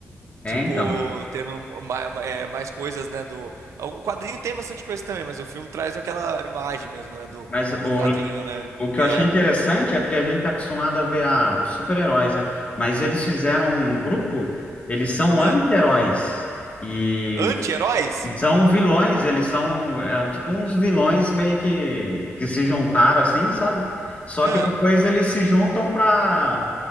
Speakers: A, on the left; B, on the right.
A: É,
B: Tipo,
A: então.
B: tendo mais, mais coisas, né, do... O quadrinho tem bastante coisa também, mas o filme traz aquela imagem mesmo, né, do,
A: Mas o,
B: do quadrinho, né?
A: o que
B: É...
A: eu achei interessante é porque a gente tá acostumado a ver ah, os super-heróis, né? Mas eles fizeram um grupo, eles são anti-heróis
B: Ah,
A: e
B: anti-heróis?
A: são vilões, eles são é, tipo uns vilões meio que, que se juntaram assim, sabe? Só
B: Ah,
A: que depois eles se juntam para